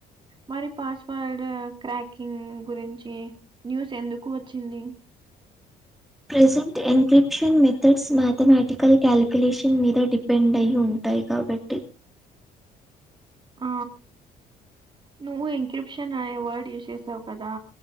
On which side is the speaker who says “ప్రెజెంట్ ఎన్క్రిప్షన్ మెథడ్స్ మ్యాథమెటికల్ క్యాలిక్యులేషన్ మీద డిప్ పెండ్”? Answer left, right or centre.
Centre